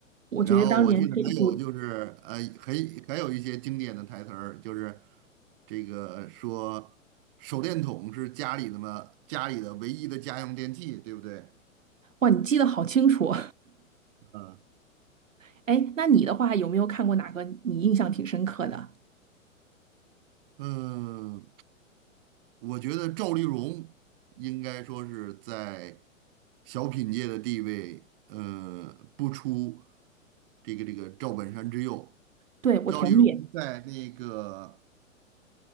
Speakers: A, on the right; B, on the right.
A: 我觉得当年这一部，
B: 然后我记得还有就是，呃，还还有一些经典的台词儿，就是这个说手电筒是家里的嘛，家里的唯一的家用电器，对不对？
A: 哇，你记得好清楚，
B: 嗯
A: <laughs> 哎，那你的话有没有看过哪个你印象挺深刻的？
B: 嗯，我觉得赵丽蓉应该说是在小品界的地位，呃，不出这个这个赵本山之右。
A: 对，我同意。
B: 赵丽蓉在那个